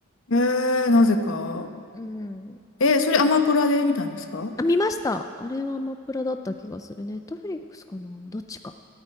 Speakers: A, on the left (about 65°); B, on the left (about 15°).
A: えー、なぜか。
B: うん。
A: えー、それアマプラで見たんですか
B: あ、見ました。あれはアマプラだった気がする。ネットフリックスかなどっちか。